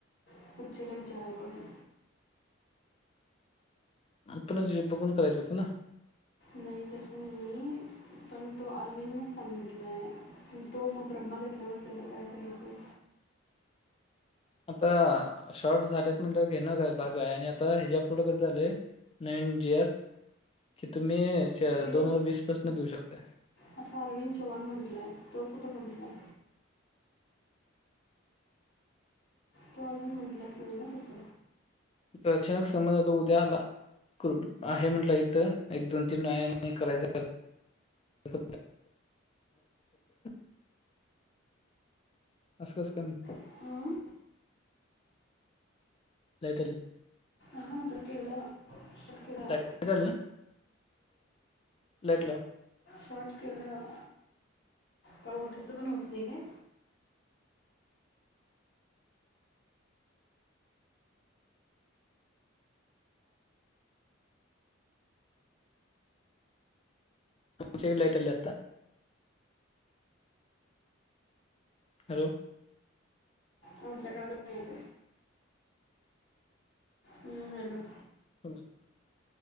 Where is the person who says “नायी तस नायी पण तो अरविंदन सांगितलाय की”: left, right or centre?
Left